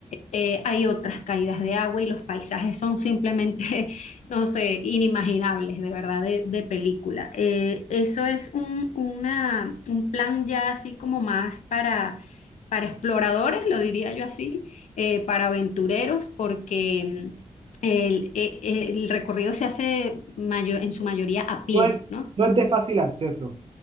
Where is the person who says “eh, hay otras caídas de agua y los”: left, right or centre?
Left